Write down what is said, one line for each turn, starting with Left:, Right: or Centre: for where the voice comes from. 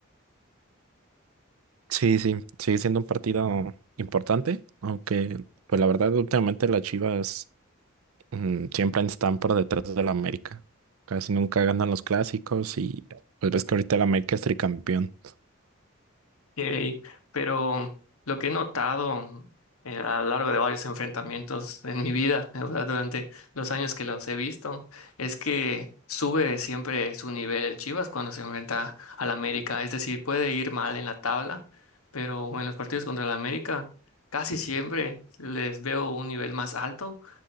Right: Sí, sí, sigue siendo un partido importante, aunque pues la verdad últimamente las Chivas mm, siempre están por detrás del América. Casi nunca ganan los clásicos y pues ves que ahorita el América es tricampeón.
Left: Yay. Pero lo que he notado eh, a lo largo de varios enfrentamientos en mi vida, o sea, durante los años que los he visto, es que sube siempre su nivel el Chivas cuando se enfrenta al América. Es decir, puede ir mal en la tabla, pero en los partidos contra el América casi siempre les veo un nivel más alto